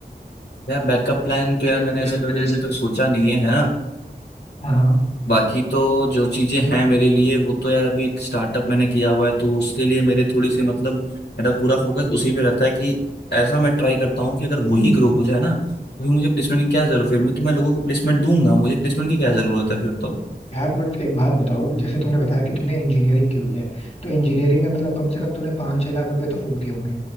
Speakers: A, on the left; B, on the left.
A: यार बैकअप प्लान तो
B: प्लान
A: यार मैंने
B: तो
A: ऐसा
B: यार
A: कभी
B: मैंने
A: अभी
B: ऐसे कर
A: तो सोचा नहीं है है ना
B: हाँ हाँ
A: बाकी तो जो चीजें हैं मेरे लिए वो तो यार अभी एक स्टार्टअप मैंने किया हुआ है तो उसके लिए मेरे थोड़ी सी मतलब मेरा पूरा फोकस उसी पे रहता है कि ऐसा मैं ट्राई करता हूँ कि अगर वही ग्रो हो जाए ना तो फिर मुझे प्लेसमेंट की क्या जरूरत है फिर मैं तो मैं लोगों को प्लेसमेंट दूंगा मुझे प्लेसमेंट की क्या जरूरत है फिर तो
B: यार बट एक बात बताओ कि जैसे तुमने बताया कि तुमने इंजीनियरिंग की हुई है तो इंजीनियरिंग में मतलब कम से कम तुमने पाँच छह लाख रुपए तो फूक दिए होंगे